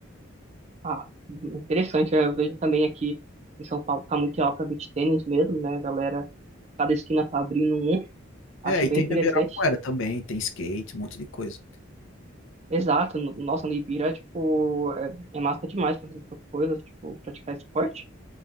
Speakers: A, on the right (about 30°); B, on the left (about 70°).
A: Ah, interessante, eu vejo também aqui em São Paulo tá muito em alta beach tênis mesmo, né, galera? Cada esquina tá abrindo um,
B: É,
A: acho
B: e
A: bem
B: tem
A: interessante.
B: do Ibirapuera também, tem skate, um monte de coisa.
A: Exato, no- nossa, no Ibira, tipo, é, é massa demais pra fazer essas coisas, tipo, praticar esporte.